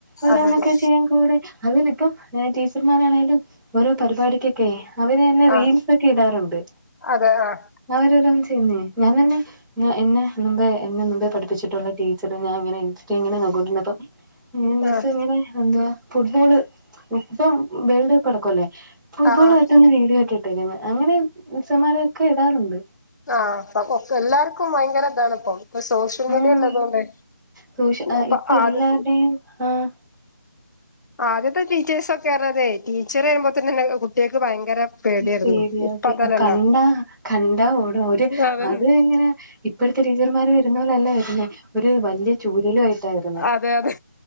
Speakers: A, in the centre; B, on the left (about 70°).
A: ഓരോന്നൊക്കെ
B: അതെ അതെ അതെ
A: ചെയ്യാൻ കൂടെ അതിനിപ്പം ടീച്ചർമാരാണെലും ഓരോ പരിപാടിക്കൊക്കെ അവര് തന്നെ റീൽസ്ക്കെ
B: ആഹ്
A: ഇടാറുണ്ട്
B: അതെ ആഹ്
A: അവര ഓരോന്ന് ചെയ്യുന്നേ ഞാൻ തന്നെ ഞാൻ എന്നെ മുമ്പേ എന്നെ മുമ്പേ പഠപ്പിച്ചിട്ടുള്ള ടീച്ചറ് ഞാൻങ്ങനെ ഇൻസ്റ്റ ങ്ങനെ നോ <unintelligible> മിസ്
B: ആഹ്
A: ഇങ്ങനെ എന്തുവാ ഫുട്ബോള് ഇപ്പം വേൾഡ് കപ്പ് അടക്ക അല്ലേ ഫുട്ബോള്
B: ആഹ് ആഹ്
A: തട്ടുന്ന വീഡിയോക്കെ ന്ന് അങ്ങനെ മിസ്സന്മാരൊക്കെ ഇടാറുണ്ട്
B: ആഹ് എല്ലാർക്കും ഭയങ്കര ഇതാണ്പ്പം ഇപ്പൊ സോഷ്യൽ
A: ഉം
B: മീഡിയല്ലതൊണ്ടേ
A: സോഷ്യ
B: അപ്പൊ
A: ഇപ്പൊ എല്ലാരുടെയും
B: ആദ്യ
A: ആഹ്
B: ആദ്യത്തെ ടീച്ചേഴ്സ ഒക്കെ അറിയതെ ടീച്ചർയുമ്പോ തന്നെെ കുട്ട്യാൾക്ക് ഭയങ്കര പേടിയായിരുന്നു
A: പേടിയ
B: ഇപ്പ അതല്ലല്ലോ
A: കണ്ടാ കണ്ട ഓട അവര്
B: അതന്നെ
A: അത് എങ്ങനെ ഇപ്പോഴത്തെ ടീച്ചർമാര് വരുന്ന പോലല്ല വരുന്നേ ഒരു വലിയ ചൂരലും ആയിട്ടാ വരുന്നേ
B: അതെ അതെ